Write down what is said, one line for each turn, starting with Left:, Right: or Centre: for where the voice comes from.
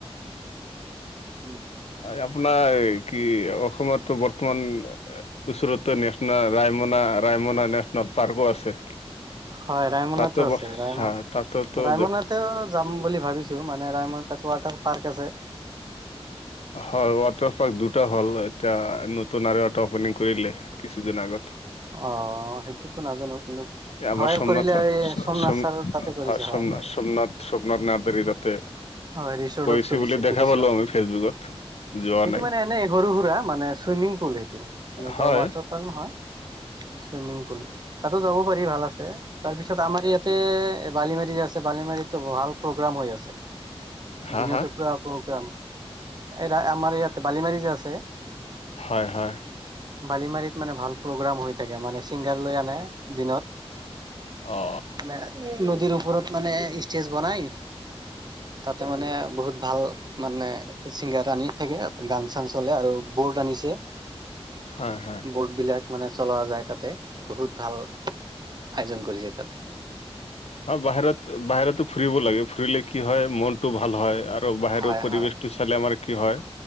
Right: উম
Left: আপোনাৰ কি অসমত তো বৰ্তমান ওচৰতো নেচ্-না ৰায়মনা ৰায়মনা নে ন পাৰ্কো আছে
Right: হয় ৰায়মনাতো
Left: তাতো
Right: আছে
Left: ব
Right: ৰায়মনা
Left: হা তাত-ত
Right: ৰায়মনাতেও যাম বুলি ভাবিছোঁ মানে ৰায়মন তাত ৱাটাৰ পাৰ্ক আছে
Left: হয় ৱাটাৰ ফ'ল দুটা হ'ল এতিয়া নতুন আৰু এটা অপেনিং কৰিলে কিছুদিন আগত
Right: অ সেইটোত নাজানো কিন্তু
Left: আমাৰ
Right: হয়
Left: চোমনাথ
Right: কৰিলে
Left: চা
Right: এই
Left: চ
Right: সোমনাথ
Left: চম
Right: ছাৰৰ তাতে কৰিছে
Left: হয় চোমনা
Right: হয়
Left: চোমনাথ চোমনাথ নদাৰি তাতে
Right: হয় ৰিচৰ্টত
Left: কৰিছে বুলি দেখা
Right: দেখিছো
Left: পালো আমি ফেচবুকত যোৱা
Right: সেইটো
Left: নাই
Right: মানে এনেই সৰু সুৰা মানে চুইমিং পুল সেইটো এনেকুৱা
Left: হয়
Right: ৱাটাৰ নহয় চুইমিং পুল তাতো যাব পাৰি ভাল আছে তাৰ পিছত আমাৰ ইয়াত এ বালিমাৰীত আছে বালিমাৰীতটো ভাল প্ৰগ্ৰাম হৈ আছে
Left: হা
Right: দিনতে
Left: হা
Right: পুৰা প্ৰগ্ৰাম এ আমাৰ ইয়াতে বালিমাৰী যে আছে
Left: হয় হয়
Right: বালিমাৰিত মানে ভাল প্ৰগ্ৰাম হৈ থাকে মানে ছিংগাৰ লৈ আনে দিনত
Left: অ
Right: মানে নদীৰ ওপৰত মানে ষ্টেজ বনাই তাতে মানে বহুত ভাল মানে ছিংগাৰ আনি থাকে গান চান চলে আৰু বৰ্ড আনিছে
Left: হয় হয়
Right: বোৰ্ড বিলাক মানে চলোৱা যায় তাতে বহুত ভাল আয়োজন কৰিছে তাতে
Left: অ বাহিৰত বাহিৰতো ফুৰিব লাগে ফুৰিলে কি হয় মনটো ভাল হয় আৰ আৰু বাহিৰৰ
Right: হয়
Left: পৰিৱেশটো
Right: হয়
Left: চালে আমাৰ কি হয়